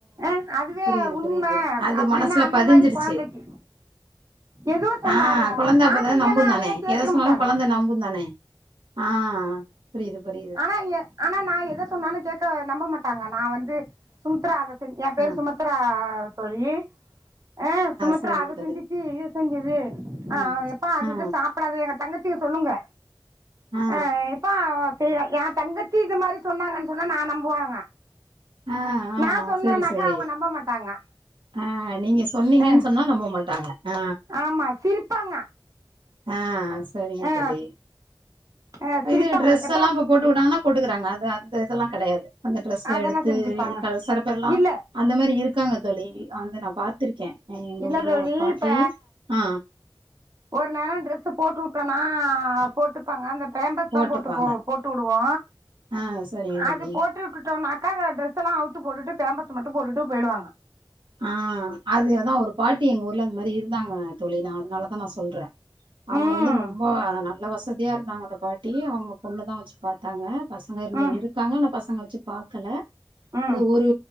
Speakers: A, on the right; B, on the right.
A: ஆ அதுவே
B: புரியுது
A: உண்ம
B: புரியுது அது
A: அப்டின்னா
B: மனசுல
A: அந்த
B: பதிஞ்சிருச்சு
A: மாரி கொழந்தைக்கு எது சொன்னாலு
B: ஆ குழந்த
A: நா
B: அப்பதன
A: செஞ்சேன்னா
B: நம்புந்தானே
A: அதவே கேத்துக்க
B: எத சொன்னாலு
A: மாட்டாங்க
B: குழந்த நம்புந் தானே ஆ புரிது புரிது
A: ஆனா ஏ ஆனா நா எத சொன்னாலு கேக்க நம்ப மாட்டாங்க நா வந்து சுமித்ரா அத செஞ் எ பேரு
B: ஆ
A: சுமத் <unintelligible> தோழி ஆ சுமித்ரா
B: சரிங்க
A: அத
B: தோழி
A: செஞ்சிச்சு இத செஞ்சுது ஆ
B: ம்
A: எப்பா அதுட்ட
B: ஆ
A: சாப்ப இப்ப அது எங்க தங்கச்சிக சொல்லுங்க
B: ஆ
A: அ சரி ஏ தங்கச்சி இந்த மாரி சொன்னாங்கனு சொன்னா நா நம்புவாங்க
B: ஆ ஆ
A: நா சொன்னனாக்கா
B: சரி சரி
A: அவங்க நம்ப மாட்டாங்க
B: ஆ நீங்க சொன்னீங்கன்னு
A: ஆ
B: சொன்னா நம்ப மாட்டாங்க ஆ
A: ஆமா சிரிப்பாங்க
B: ஆ சரிங்க
A: ஆ
B: தோழி
A: ஆ சிரிப்பாங்க
B: இது ட்ரெஸ்
A: எப்பா
B: எல்லா ப்ப போட்டுவுட்டாங்கனா போட்டுக்குறாங்க அது அந்த இதலா கெடையாது அந்த ட்ரெஸ்
A: அதெல்லா
B: எடுத்து
A: செஞ்சுப்பாங்க
B: அ சில பேர் எல்லா
A: இல்ல
B: அந்த மாதிரி இருக்காங்க தோழி அந்த நா பாத்திருக்க எங்க
A: இல்ல
B: ஊர்ல
A: தோழி
B: ஒரு பாட்டி
A: இப்ப
B: ஆ
A: ஒரு நேர ட்ரெஸ்ு போட்டுவிட்டனா போட்டு டுப்பாங்க அந்த பேம்பஸ்
B: போட்டுப்பாங்க
A: தா போட்டு போவோ போட்டு வுடுவோ
B: ஆ சரிங்க தோழி
A: அது போட் விட்டு விட்டோனாக்க ட்ரெஸ எல்லா அவுத்து போடுடு பேம்பஸ் மட்டு போட்டு போயிடுவாங்க
B: ஆ அதேதா ஒரு பாட்டி எங்க ஊர்ல இந்தமாரி இருந்தாங்க தோழி நா அதனாலதா நா சொல்ற அவங்கள
A: ம்
B: வந்து ரொம்ப நல்ல வசதியா இருந்தாங்க அந்த பாட்டி அவுங்க பொண்ணுதா வச்சு பாத்தாங்க பசங்க இரு
A: ம்
B: இருக்காங்க ஆனா பசங்க வச்சு பாக்கல
A: ம்
B: அது ஒரு